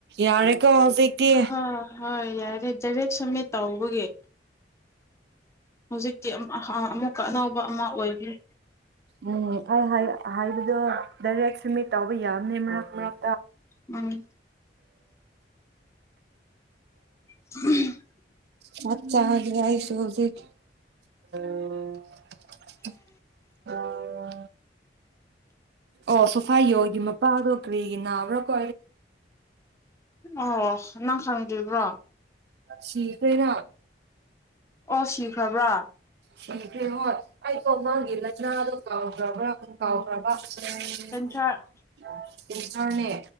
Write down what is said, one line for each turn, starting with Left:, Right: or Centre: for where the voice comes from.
Right: ꯑꯣ ꯍꯥꯌꯦ ꯀ ꯁꯇꯦ
Left: ꯑꯍꯣꯏ ꯍꯣꯏ ꯌꯥꯔꯦ ꯗꯥꯏꯔꯦꯛ ꯁꯝꯃꯤꯠ ꯇꯧꯕꯒꯤ ꯍꯧꯖꯤꯛꯇꯤ ꯑꯅꯧꯕ ꯑꯃ ꯑꯣꯏꯈ꯭ꯔꯦ
Right: ꯎꯝ ꯑꯩ ꯍꯥꯏꯗ ꯗꯔ ꯁꯤꯃꯤꯠ ꯇꯥꯎꯕ ꯌꯥꯕꯅꯦ ꯃꯔꯛꯇ
Left: ꯎꯝ ꯍꯝ
Right: ꯆꯥꯛ ꯆꯥꯒꯦ ꯑꯩꯁꯨ ꯍꯧꯖꯤꯛ <unintelligible> ꯑꯣ ꯁꯣꯐꯥꯏ ꯌꯣꯒꯤ ꯃꯄꯥꯗꯣ ꯀꯔꯤꯒꯤ ꯅꯥꯕ꯭ꯔꯥ ꯀꯣ
Left: ꯑꯣ ꯅꯪ ꯁꯡ ꯗꯤꯕ꯭ꯔꯣ
Right: ꯁꯤꯈ꯭ꯔꯦꯅ
Left: ꯑꯣ ꯁꯤꯈ꯭ꯔꯕ꯭ꯔꯥ
Right: ꯁꯤꯈ꯭ꯔꯦ ꯍꯣꯏ ꯑꯩꯗꯣ ꯃꯥꯒꯤ ꯂꯥꯏꯅꯥꯗꯣ ꯀꯥꯎꯈ꯭ꯔꯕ꯭ꯔꯥ ꯀꯥꯎꯈ꯭ꯔꯕꯥ <unintelligible>
Left: ꯀꯦꯟꯁꯔ
Right: ꯌꯦꯟꯁꯥꯅꯦ